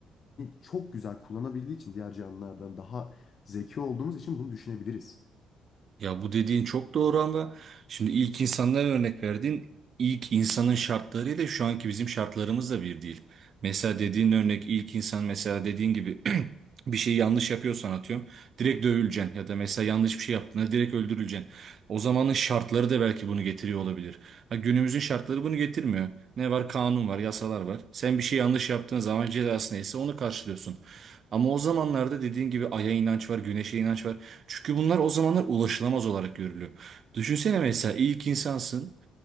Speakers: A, on the left; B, on the right.
A: çok güzel kullanabildiği için diğer canlılardan daha zeki olduğumuz için bunu düşünebiliriz.
B: Ya bu dediğin çok doğru ama şimdi ilk insanlara örnek verdiğin ilk insanın şartlarıyla şu anki bizim şartlarımız da bir değil. Mesela dediğin örnek ilk insan mesela dediğin gibi <clears throat> bir şeyi yanlış yapıyorsan atıyorum direkt dövüleceksin ya da mesela yanlış bir şey yaptığında direkt öldürüleceksin. O zamanın şartları da belki bunu getiriyor olabilir. Ha, günümüzün şartları bunu getirmiyor. Ne var? Kanun var, yasalar var. Sen bir şey yanlış yaptığın zaman cezası neyse onu karşılıyorsun. Ama o zamanlarda dediğin gibi aya inanç var, güneşe inanç var. Çünkü bunlar o zamanlar ulaşılamaz olarak görülüyor. Düşünsene mesela ilk insansın.